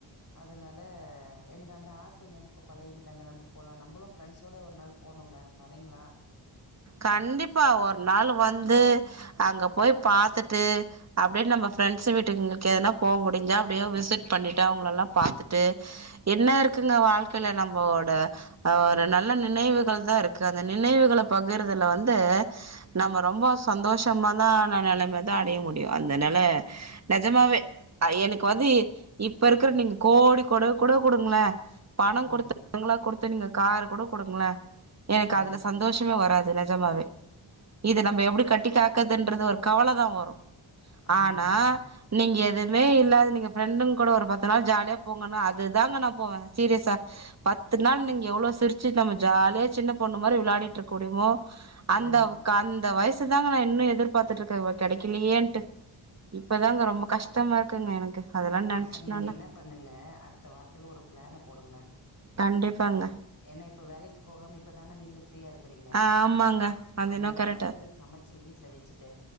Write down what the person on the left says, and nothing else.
அதுனால எனுக்கு அந்த ஆசங்க இப்ப பழைய வீட்டாண்ட நம்ம போலா நம்பளு ஃப்ரெண்ஸ்ஸோட ஒரு நாள் போனுங்க வரீங்ளா
ம்
ம்
அப்போ
ஆமாங்க
ம்
அப்ப நீங்க என்ன பண்ணுங்க அர்த்த வாரத்துல ஒரு ப்ளேன போடுங்க
ஏன்னா இப்ப வேலக்கி போகாம இப்பதாங்க நீங்க ஃப்ரீயா இருக்கறீங்க
அத்னால
பகல்ல சமச்சி வீட்ல வெச்சிட்டு